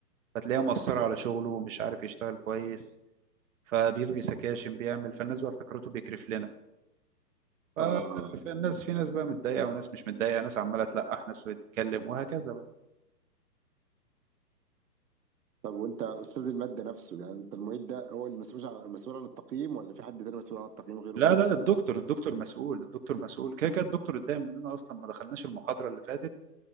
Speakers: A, on the right (about 50°); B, on the right (about 70°).
A: فتلاقيه مأثره على شغله ومش عارف يشتغل كويس فبيلغي سكاشن بيعمل فالناس بقى افتكرته بيكرف لنا ف-
B: اه اه
A: فالناس في ناس بقى متضايقه وناس مش متضايقه ناس عماله تلقح ناس بتتكلم وهكذا بقى
B: طب وانت استاذ الماده نفسه يعني انت المعيد ده هو اللي مسؤول عن مسؤول عن التقييم ولا في حد تاني مسؤول عن التقييم غيره؟
A: لا لا الدكتور الدكتور مسؤول الدكتور مسؤول كده كده الدكتور اتضايق مننا اصلا ما دخلناش المحاضره اللي فاتت